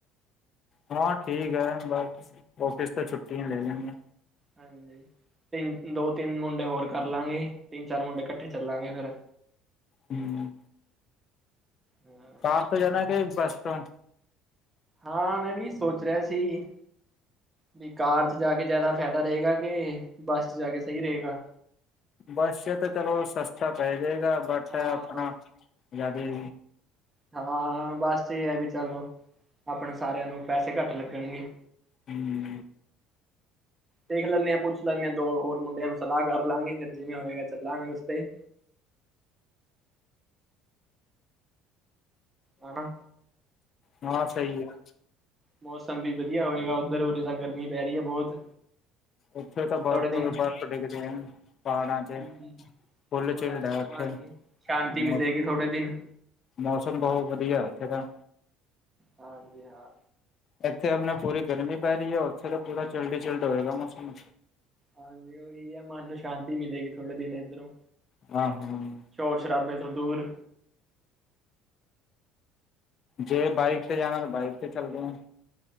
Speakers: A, on the left; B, on the right.
A: ਹਾਂ ਠੀਕ ਹੈ। ਬਸ ਔਫਿਸ ਤੋਂ ਛੁੱਟੀ ਹੀ ਲੈ ਲੇਗੇ
B: ਹਾਂਜੀ ਤਿੰਨ ਦੋ ਤਿੰਨ ਮੁੰਡੇ ਹੋਰ ਕਰ ਲਾਂਗੇ ਤਿੰਨ ਚਾਰ ਮੁੰਡੇ ਇਕੱਠੇ ਚੱਲਾਂਗੇ ਫੇਰ
A: ਹੂੰ,
B: ਹਾਂ
A: ਕਾਰ ਤੋਂ ਜਾਣਾ
B: ਠੀਕ,
A: ਕਿ ਬੱਸ ਤੋਂ-
B: ਹਾਂ ਮੈ ਵੀ ਸੋਚ ਰਿਹਾ ਸੀ। ਵੀ ਕਾਰ 'ਚ ਜਾ ਕੇ ਜ਼ਿਆਦਾ ਫਾਇਦਾ ਰਹੇਗਾ ਕਿ ਬੱਸ 'ਚ ਜਾ ਕੇ ਸਹੀ ਰਹੇਗਾ।
A: ਬੱਸ ਤਾਂ ਚਲੋ ਸਸਤਾ ਪੈ ਜੇਗਾ ਬਟ
B: ਹਾਂ
A: ਆਪਣਾ ਯਾਰੀ
B: ਹਾਂ ਬਸ ਚ ਇਹ ਐ। ਵੀ ਚਲੋ ਆਪਣੇ ਸਾਰਿਆਂ ਨੂੰ ਪੈਸੇ ਘੱਟ ਲੱਗਣਗੇ।
A: ਹੂੰ,
B: ਦੇਖ ਲੈਣੇ ਆ ਪੁੱਛ ਲੈਣੇ ਆ ਦੋ ਹੋਰ ਮੁੰਡਿਆਂ ਨੂੰ ਸਲਾਹ ਕਰ ਲਾਂਗੇ ਫੇਰ ਜਿਵੇ ਹੋਏਗਾ ਚੱਲਾਂਗੇ ਉਸਤੇ ਹਨਾ
A: ਹਾਂ ਸਹੀ ਆ।
B: ਮੌਸਮ ਵੀ ਵਧੀਆ ਹੋਵੇਗਾ ਉੱਧਰ' ਉਰੇ ਗਰਮੀ ਪੈ ਰਹੀ ਐ ਬਹੁਤ।
A: ਉੱਥੇ ਤਾਂ ਬਰਫ਼-ਬਰਫ਼
B: ਥੋੜੇ ਦਿਨ
A: ਡਿੱਗਦੇ ਹਨ ਪਹਾੜਾਂ ਚ।
B: ਹੂੰ,
A: ਫੁੱਲ
B: ਥੋੜਾ
A: ਝਿਲਡ ਹੈ ਉੱਥੇ
B: ਮਨ ਸ਼ਾਂਤੀ
A: ਮੌ
B: ਮਿਲੇਗੀ ਥੋੜੇ ਦਿਨ।
A: ਮੌਸਮ ਬਹੁਤ ਵਧੀਆ ਉੱਥੇ ਤਾਂ।
B: ਹਾਂਜੀ ਹਾਂ।
A: ਇੱਥੇ ਆਪਣੇ ਪੂਰੀ ਗਰਮੀ ਪੈ ਰਹੀ ਹੈ' ਉੱਥੇ ਪੂਰਾ ਚਿਲਡ ਹੀ ਚੀਲਡ ਹੋਏਗਾ ਮੌਸਮ।
B: ਹਾਂਜੀ ਉਹੀ ਹੈ ਮਨ ਨੂੰ ਸ਼ਾਂਤੀ ਮਿਲੇਗੀ ਥੋੜੇ ਦਿਨ ਇੱਧਰੋਂ।
A: ਹਾਂ ਹੂੰ।
B: ਸ਼ੋਰ ਸ਼ਰਾਬੇ ਤੋਂ ਦੂਰ।
A: ਜੇ ਬਾਈਕ ਤੇ ਜਾਣਾ ਤਾਂ ਬਾਈਕ ਤੇ ਚੱਲਦੇ ਆ।